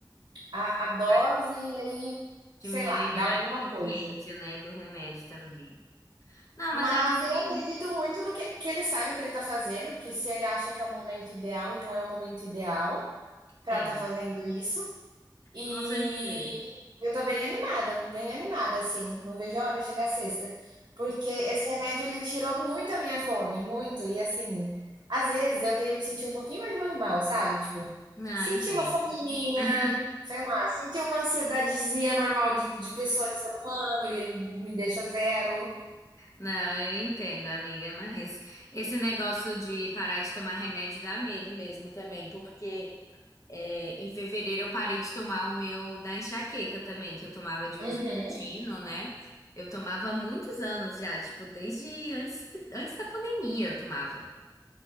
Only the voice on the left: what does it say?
vai
diminuir
a
eficiência,
né, do remédio também. Não,
mas acho que
sim,
com certeza.
Ah,
entendo.
<laughs>
Não, eu entendo, amiga, mas esse negócio de parar de tomar remédio dá medo mesmo também, porque é, em fevereiro eu parei de tomar o meu da enxaqueca também, que eu tomava de
uso contínuo, né? Eu tomava há muitos anos já, tipo, desde antes, antes da pandemia eu tomava.